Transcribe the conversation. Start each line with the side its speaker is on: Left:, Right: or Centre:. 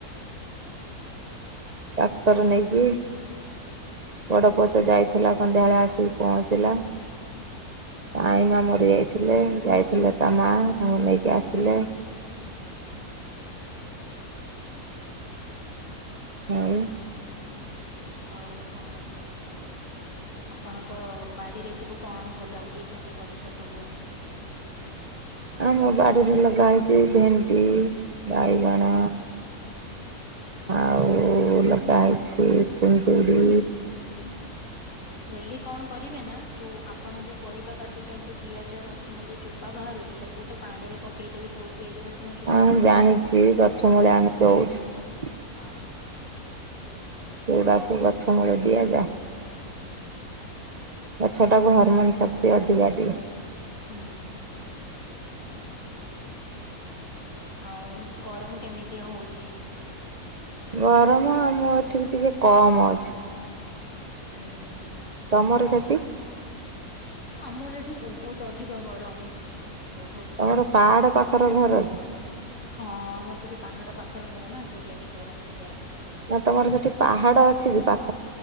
Left: ଆଚ୍ଛା।
Right: କ୍ଟର ନେଇକି ବଡ଼ ପୁଅ ତ ଯାଇଥିଲା ସନ୍ଧ୍ୟାବେଳେ ଆସି ପହଞ୍ଚିଲା। ତା
Left: ହୁଁ
Right: ଆଇ
Left: ହୁଁ
Right: ମା ମରିଯାଇଥିଲେ। ଯାଇଥିଲେ ତା ମା ତାଙ୍କୁ ନେଇକି ଆସିଲେ।
Left: ହୁଁ ହୁଁ।
Right: ଆଉ।
Left: ଆଉ କଣ ଆପଣଙ୍କ ବାଡିରେ ସବୁ କଣ ଲଗେଇଛନ୍ତି ଗଛ ସବୁ।
Right: ଆମ ବାଡ଼ିରେ ଲଗାହେଇଛି ଭେଣ୍ଡି ବାଇଗଣ ଆଉ ଲଗା ହେଇଛି କୁନ୍ଦୁଡ଼ି।
Left: ଡେଲି କଣ କରିବେ ନା ଯୋଉ ଆ ଆପଣ ଯେ ପରିବା କାଟୁଛନ୍ତି ପିଆଜ ରସୁଣ ଯେ ଚୋପା ବାହାରୁଛି ତାକୁ ଗୋଟେ ପାଣି ରେ ପକେଇଦେବେ। ପିଆଜ ରସୁଣ ଚୋପାକୁ
Right: ହଁ ଜାଣିଛି ଗଛ
Left: ହଁ
Right: ମୂଳେ ଆମେ ଦଉଛୁ।
Left: ହଁ
Right: ସେଗୁଡ଼ାସବୁ ଗଛ ମୂଳେ ଦିଆଯାଏ।
Left: ହୁଁ।
Right: ଗଛ ଟାକୁ ହାରମନ ଶକ୍ତି ଅଧିିକା ଦିଏ।
Left: ହୁଁ। ଆଉ ଗରମ କେମିତିଆ ହଉଛି।
Right: ଗରମ ଆମ ଏଠିକି ଟିକେ କମ ଅଛି।
Left: ହୁଁ। ହୁଁ
Right: ତମର ସେତ ତ
Left: ଆମର ଏଠି ବହୁତ ଅଧିକ ଗରମ। ବହୁତ
Right: ତୋର ପାହାଡ ପାଖ। ଖରା ଘର ଅଛି।
Left: ହଁ ଆମର ଟିକେ ପାହାଡ ପାଖର ଘର ନା ସେଇ ଲଗି ଗରମ ଟିକେ ଅଧିକ।
Right: ନା ତମର ସେଠି ପାହାଡ ଅଛି କି ପାଖ